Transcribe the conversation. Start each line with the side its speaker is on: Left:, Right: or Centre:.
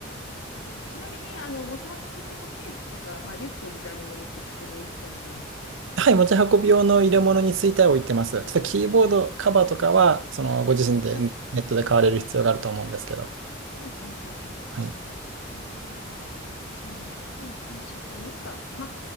Left: あれちなみに、あの、持ち運び用のケースとか、まあ、リュックみたいなものってここに置いてたりします。
Right: はい、持ち運び用の入れ物については置いてます。ちょっとキーボードカバーとかは、そのご自身でネットで買われる必要があると思うんですけど。
Left: はい。うん、うん、うん、うん。
Right: はい。
Left: なるほど。じゃあ、MacBook にしようかな。なんか、MacBook